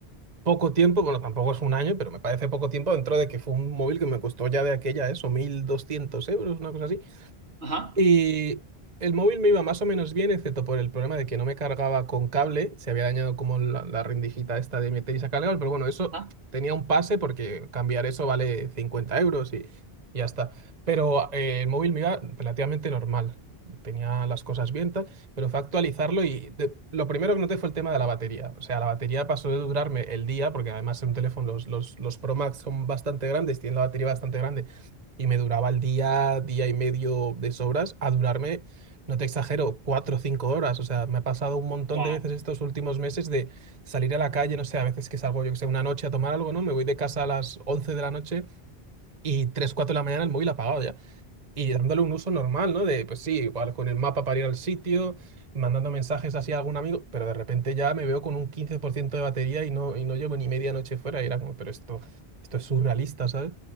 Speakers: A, on the right; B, on the right.
A: poco tiempo, bueno, tampoco es un año, pero me parece poco tiempo dentro de que fue un móvil que me costó ya de aquella eso, 1.200 euros, una cosa así.
B: Ajá,
A: Y el móvil me iba más o menos bien, excepto por el problema de que no me cargaba con cable. Se había dañado como la, la rendijita esta de meter y sacar cable, pero bueno, eso
B: ajá.
A: tenía un pase porque cambiar eso vale 50 euros y, y ya está. Pero eh, el móvil me iba relativamente normal. Tenía las cosas bien, tal, pero fue actualizarlo y de- lo primero que noté fue el tema de la batería. O sea, la batería pasó de durarme el día, porque además en un teléfono los, los, los Pro Max son bastante grandes, tienen la batería bastante grande y me duraba el día, día y medio de sobras, a durarme, no te exagero, cuatro o cinco horas. O sea, me ha pasado un montón
B: Wow,
A: de veces estos últimos meses de salir a la calle, no sé, a veces que salgo, yo que sé, una noche a tomar algo, ¿no? Me voy de casa a las 11 de la noche y 3 4 de la mañana el móvil apagado ya. Y dándole un uso normal, ¿no? De, pues sí, igual con el mapa para ir al sitio, mandando mensajes así a algún amigo, pero de repente ya me veo con un 15% de batería y no, y no llevo ni media noche fuera. Y era como, pero esto, esto es surrealista, ¿sabes?